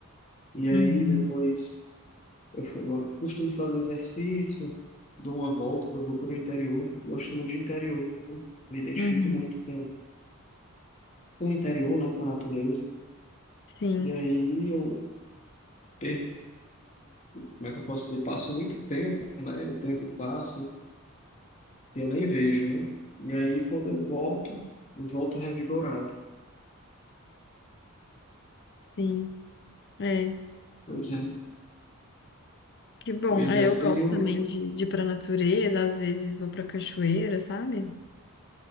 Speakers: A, on the left; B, on the left.
A: E
B: Uhum.
A: aí depois eu, fa- eu costumo fazer exercício, dou uma volta, eu vou para o interior. Eu Gosto muito de interior. Me identifico
B: Uhum.
A: muito com com o interior, né, com a natureza.
B: Sim,
A: E aí eu perco, como é que eu posso dizer? Passo muito tempo, né? O tempo passa e eu nem vejo, né? E aí quando eu volto, eu volto revigorado.
B: sim. É,
A: Pois é.
B: que bom.
A: Pois
B: É,
A: é,
B: eu
A: eu
B: gosto
A: tenho.
B: também de, de ir para natureza, às vezes vou para cachoeira, sabe?